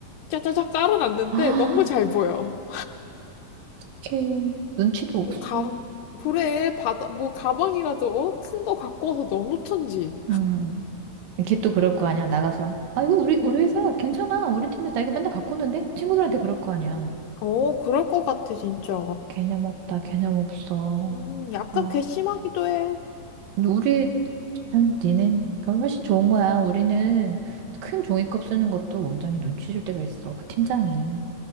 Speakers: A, on the left (about 80°); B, on the right (about 90°).
A: 짜자자 깔아놨는데
B: <gasps> 아,
A: 너무 잘 보여.
B: 어떡해. 눈치도 없어.
A: 뭐 가, 그래, 바다, 뭐 가방이라도 큰 거 갖고 와서 넣어놓던지.
B: 음. 걔 또 그럴 거 아니야, 나가서. 아, 이거 우리, 우리 회사 괜찮아. 우리 팀에서 나 이거 맨날 갖고 오는데? 친구들한테 그럴 거 아니야.
A: 어, 그럴 것 같아, 진짜.
B: 개념 없다, 개념 없어.
A: 음, 약간
B: 어,
A: 괘씸하기도 해.
B: 근데 우리, 아, 니는 훨씬 좋은 거야. 우리는 큰 종이컵 쓰는 것도 원장이 눈치 줄 때가 있어. 그 팀장이.